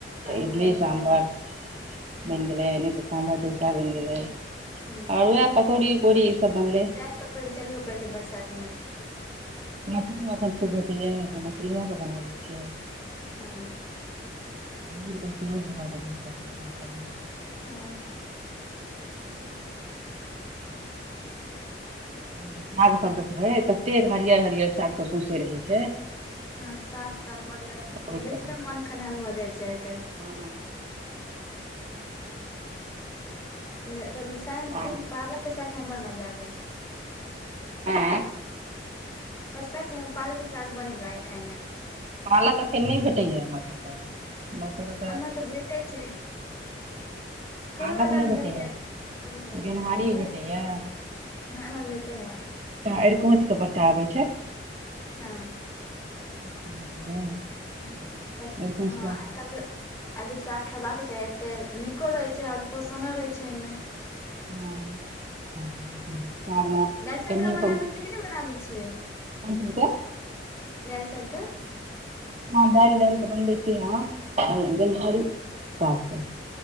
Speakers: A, on the left; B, on the right.
A: हँ
B: तऽ इडली
A: नीक
B: सामभर
A: लागै हँ
B: बन गेल‌ए साम्भर ठोसा बन‌ए गेलै
A: हूँ
B: आर वएह पकौड़ी उकौड़ी बनले
A: जाय पकड़ चलबे करै छै बरसात मे
B: माछ मटन खूब भटयै <unintelligible> <unintelligible> बिना मासले आके बनाबै छियै <unintelligible> <unintelligible>
A: हँ
B: पनरकै क <unintelligible> <unintelligible>
A: हँ
B: <inaudible> <inaudible> साग सब देखबै ततेक हरियर हरियर साग त सुसे रहैछै
A: हँ साग तऽ मतलब
B: बहुत
A: देखते
B: तरह के
A: मोन खनहर भऽ जाइ छै आइ काल्हि
B: हँ
A: लेकिन
B: साग
A: पालक के साग में बड़ मजा आबे छै <unintelligible>
B: हँ <unintelligible>
A: पर सक से पालक के साग बरनीक लागै आइ खाय मे
B: पालक अखन न भेटैै हमरा सब ओत हमरा सब
A: एमे तऽ भेटे छै कहियो
B: पालक
A: कतौ
B: नहि
A: भेट
B: भेटैया
A: जा छै
B: गेनहारी भेटैया
A: <unintelligible> हँ एमर भेटे हैं
B: त आरकोच के पता आबै छै
A: हँ
B: हँ <unintelligible>
A: पर हँ
B: के
A: आइकल तऽ अभी साग खेबाक चाही एतेक नीको रहै छै आओर पोषणो रहै छै ओहिमे
B: हँ <unintelligible> <unintelligible>
A: दालसगगा
B: केनाहियो
A: बनाबै
B: कऽ
A: छियै कि नहि बनाबै छियै
B: कोन चीज के
A: दालिसगगा
B: हँ दालि डाल केऽ बनबै छीयै गनाहरी साग क